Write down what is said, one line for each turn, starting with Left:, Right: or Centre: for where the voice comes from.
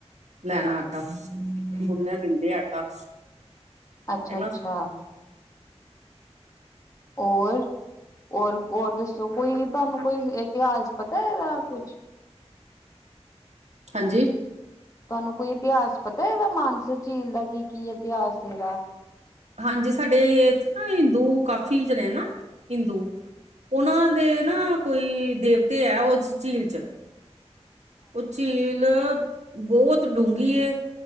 Right: ਲੈਣਾ ਆਟਾ, ਗੁੰਨਿਆ ਦਿੰਦੇ ਆਟਾ।
Left: ਅੱਛਾ-ਅੱਛਾ।
Right: ਹਨਾ
Left: ਔਰ, ਔਰ-ਔਰ ਦੱਸੋ ਕੋਈ ਤੁਹਾਨੂੰ ਕੋਈ ਇਤਿਹਾਸ ਪਤਾ ਏਦਾ ਕੁਛ?
Right: ਹਾਂਜੀ।
Left: ਤੁਹਾਨੂੰ ਕੋਈ ਇਤਿਹਾਸ ਪਤਾ ਏਦਾ ਮਾਨਸਰ ਝੀਲ ਦਾ, ਕੀ ਕੀ ਇਤਿਹਾਸ ਏਦਾ?
Right: ਹਾਂਜੀ, ਸਾਡੇ ਏਥੇ ਨਾ ਹਿੰਦੂ, ਕਾਫੀ ਜਣੇ ਨਾ ਹਿੰਦੂ। ਓਨਾਂ ਦੇ ਨਾ ਕੋਈ ਦੇਵਤੇ ਐ ਉਸ ਝੀਲ 'ਚ। ਓ ਝੀਲ ਬੋਤ ਡੂੰਘੀ ਏ